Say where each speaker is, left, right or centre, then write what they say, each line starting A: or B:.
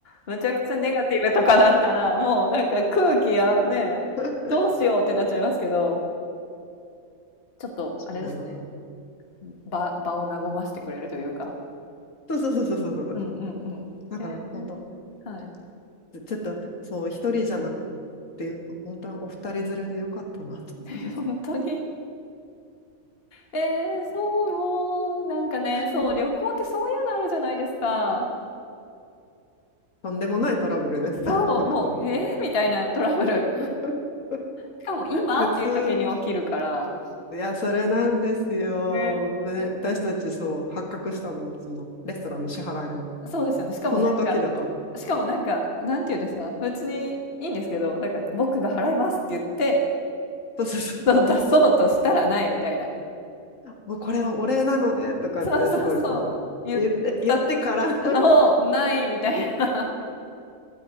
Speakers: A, on the left; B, on the left.
A: むちゃくちゃネガティブとかだったら、もうなんか空気やね、
B: <laughs>
A: どうしようってなっちゃいますけど、ちょっとあれですね、
B: そうなの。
A: 場、場を和ましてくれるというか。
B: そうそうそうそうそう。
A: うんうんうん。
B: だから、
A: え
B: 本当
A: ー、はい。
B: ちょっと、そう、一人じゃなくて、本当にお二人連れでよかったなと。
A: <laughs> 本当に。えー、そう、もう、なんかね、
B: <laughs>
A: そう、旅行ってそういうのあるじゃないですか。
B: とんでもないトラブルね。<laughs> なんかこう
A: そう、もう、えー、みたいなトラブル。
B: <laughs>。
A: しかも今っていう時に起きるから。
B: 普通、いや、それなんですよ。
A: ね。
B: で、私たちそう、発覚したの、その、レストランの支払いの、
A: そうですよね。しかもなんか、
B: その時だから。
A: しかもなんか、なんて言うんですか別にいいんですけど、なんか僕が払いますって言って、
B: そうそうそう。
A: そう出そうとしたらないみたいな。
B: もうこれはお礼なので、とかってすごいこう、
A: そうそうそう。言った
B: 言って、言ってからの、
A: のをないみたいな。